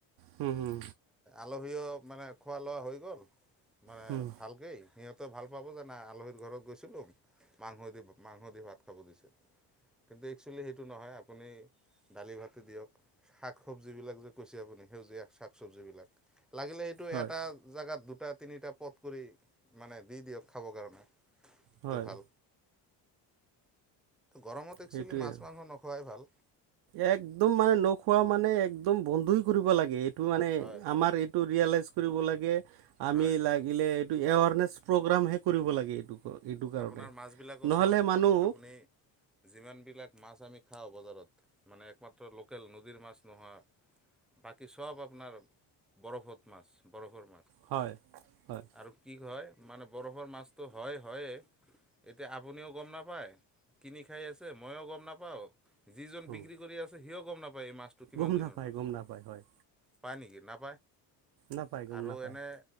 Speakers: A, on the right; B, in the centre.
A: হম, হম,
B: আলহীয় মানে খোৱা লোৱা হৈ গ'ল। মানে
A: হুম
B: ভালকেই সিহঁতে ভাল পাব জানা আলহীৰ ঘৰত গৈছিলো। মাংস দি, মাংস দি ভাত খাব দিছে। কিন্তু একচুৱেলি সেইটো নহয় আপুনি দালি ভাত দিয়ক। শাক চব্জ বিলাক যে কৈছে আপুনি সেউজীয়া শাক চবজ বিলাক। লাগিলে এইটো
A: হয়
B: এটা জোগাত দুটা তিনিটা পথ কৰি মানে দি দিয়ক খাবৰ কাৰণে। সেইটো
A: হয়।
B: ভাল গৰমত এক্সুৱেলি
A: সেইটোৱে
B: মাছ
A: আৰু
B: মাংস নোৱাই ভাল।
A: একদম মানে নখোৱা মানে একদম বন্ধুই কৰিব লাগে এই। টো মানে
B: হয় হয়
A: আমাৰ এইটো ৰিয়েলাইজ কৰিব লাগে আমি
B: হয়
A: লাগিলে
B: হয়
A: এইটো এৱাৰ্ড। প্ৰগ্ৰামহে কৰিব লাগে। এইটো কাৰণে,
B: আপোনাৰ মাছবিলাকো
A: নহ'লে
B: চাওক
A: মানুহ।
B: আপুনি যিমানবিলাক মাছ আমি খাওঁ বজাৰত মানে একমাত্ৰ লোকেল নদীৰ মাছ নোহোৱা। বাকী চ'ব আপোনাৰ বৰফত মাছ, বৰফৰ।
A: হয় হয়
B: আৰু কি হয় মানে বৰফৰ মাছটো হয়, হয়ে এতিয়া আপুনিও গম নাপায় কিনি খাই আছে, মইয়ো গম নাপাওঁ। যিজন
A: উম,
B: বিক্ৰী কৰি আছে সিওঁ গম নাপায়। এই মাছটো কিমান
A: গম
B: দিনৰ
A: নাপায়
B: মাছ,
A: গম নাপায় হয়
B: পায় নেকি? নাপায়।
A: নাপায় গম
B: আৰু
A: নাপায়
B: এনে